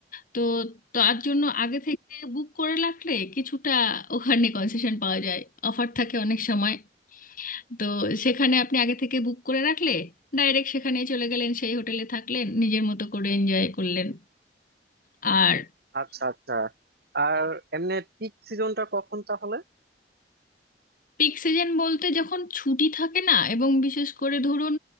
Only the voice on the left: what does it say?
তো তার জন্য আগে থেকে বুক করে রাখলে কিছুটা ওখানে কনসেশন পাওয়া যায় অফার থাকে অনেক সময় তো সেখানে আপনি আগে থেকে বুক করে রাখলে ডাইরেক্ট সেখানে চলে গেলেন সেই হোটেলে থাকলেন নিজের মতো করে এনজয় করলেন আর
পিক সিজন বলতে যখন ছুটি থাকে না এবং বিশেষ করে ধরুন